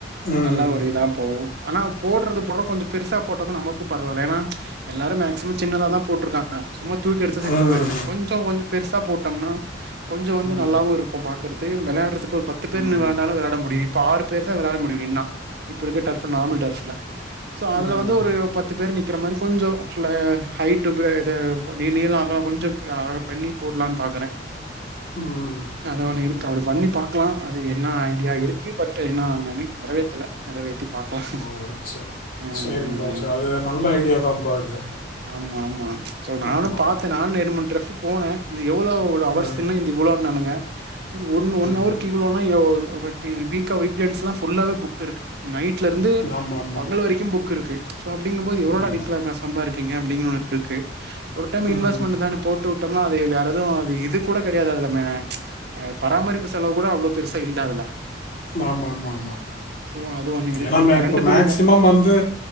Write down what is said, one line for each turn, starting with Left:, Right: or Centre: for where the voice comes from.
Left: ம்
Right: நல்லா ஒரு இதா போவும் ஆனா போடறது போடறோ கொஞ்சம் பெருசா போட்டாதா நமக்கும் பரவாயில்ல ஏனா எல்லாரும் மேக்ஸிமம் சின்னதா தா போட்டுருக்காங் ஆ சும்மா தூக்கி அடிச்சா சிக்ஸு
Left: ம்
Right: போயிடுது கொஞ்சம் கொஞ்சம் பெருசா போட்டம்னா கொஞ்சம் வந்து
Left: ம்
Right: நல்லாவும் இருக்கும் பாக்கறதுக்கு வெளையாடறதுக்கு ஒரு பத்து பேர்
Left: ம்
Right: நின்னு வெளாண்டாலும் வெளாட முடியும் இப்ப ஆறு பேர் தா வெளாட முடியும் நின்னா இப்ப இருக்க டஃபு நார்மல் டஃப் இல்ல சோ அதுல
Left: ம்
Right: வந்து ஒரு பத்து பேர் நிக் கிற மாரி கொஞ்சம் லை ஹைட்டு் ஃபுல இது நீ நீளம் அகலம் கொஞ்சம் அகல பண்ணி போடலான் பாக்கறன்
Left: ம்
Right: அது ஒண்ணு இருக்கு அப்டி பண்ணி பாக்கலா அது என்ன ஐடியா இருக் கு பட்டு இன்னும் நெனக் நெறவேத்தல நெறவேத்தி பாக்கலாம்
Left: ஓ சரி
Right: ம்
Left: சரிங்க
Right: ம்
Left: ப்ரோ சரி
Right: ம்
Left: அது நல்ல ஐடியா தான் ப்ரோ இது
Right: ஆமா ஆமா சோ நானும்
Left: ஆமா
Right: பாத்தன் நானும் ரண்டு மூணு டிரஃபு போன இது எவ்ளோ ஒரு ஹவர்ஸ்
Left: ம்
Right: சின்ன இந்தி இவ்ளோன்னானுங்க டி ஒரு ஒன்
Left: ம்
Right: ஹவருக்கு இவ்ளோனா எவ் வர்ப்பி வீக்கா வீக்கெண்ட்ஸ்லா ஃபுல்லாவே புக் இருக்கு நைட்ல இருந்து
Left: ஆமா ஆமா
Right: பகல் வரைக்கும் புக் இருக்கு சோ அப்டிங்கபோது எவ்ளோடா
Left: ஆமா
Right: வீட்ல காஸ் சம்பாரிக்கிறீங்க அப்டின்னு ஒன்னு இருக்கு ஒரு டைம் இன்வெஸ்ட்மென்ட்டு
Left: ம்
Right: தான போட்டு உட்டம்னா அது வேற எதுவும் அது இது கூட கெடையாது அதுல மே பராமரிப்பு செலவு கூட அவ்ளோ பெருசா இல்ல அதுல
Left: ஆமா ஆமா ஆமா
Right: சோ அது ஒண்ணு இருக்கு
Left: ஏனா ம
Right: கரண்ட்
Left: இப்ப
Right: பில்லு
Left: மேக்சிமம்
Right: தா
Left: வந்து